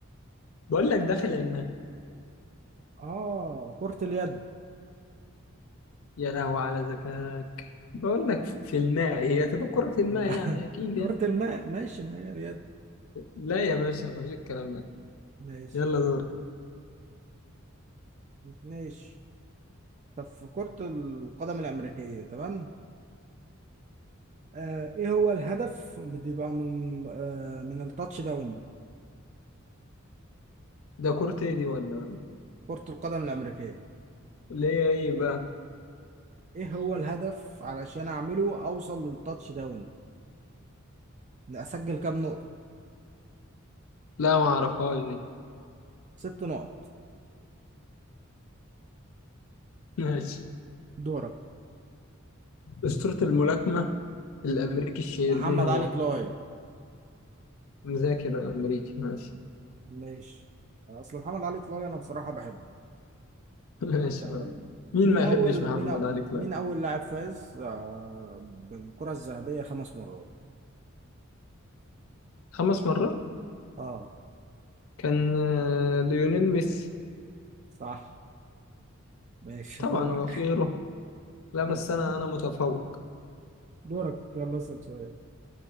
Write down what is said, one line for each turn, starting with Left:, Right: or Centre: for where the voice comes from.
Left: بقول لك داخل الماء
Right: اه كرة اليد
Left: يا لهوي على ذكاك بقول لك ف- في الماء هي تبقى كرة الماء
Right: مع-
Left: يعني
Right: <laughs>
Left: اكيد
Right: كرة
Left: يعني
Right: الماء ماشي من هي اليد
Left: لا يا باشا مفيش الكلام ده
Right: ماشي
Left: يلا دور
Right: ماشي طب في كرة القدم الأمريكية تمام آه ايه هو الهدف اللي بيبقى من آه من التاتش داون
Left: ده كرة ايه دي ولا ولا
Right: كرة القدم الأمريكية
Left: اللي هي ايه بقى
Right: ايه هو الهدف علشان اعمله اوصل للتاتش داون إن اسجل كام نقطة
Left: لا ما اعرفهاش دي
Right: ست نقط
Left: <laughs> ماشي
Right: دورك
Left: أسطورة الملاكمة الأمريكي الشهير
Right: محمد
Left: مين هو؟
Right: علي كلاي
Left: مذاكر أمريكي ماشي
Right: ماشي اصل محمد علي كلاي انا بصراحه بحبه
Left: <laughs> ماشي
Right: تمام
Left: مين
Right: مين
Left: ما
Right: اول
Left: يحبش محمد
Right: مين أو-
Left: علي كلاي
Right: مين اول لاعب فاز آه، بالكره الذهبيه خمس مرات
Left: خمس مرات
Right: اه
Left: كان آه، ليونيل ميسي
Right: صح ماشي
Left: طبعا
Right: دورك
Left: هو في غيره لا بس
Right: <laughs>
Left: أنا أنا متفوق
Right: دورك يلا اسال سؤال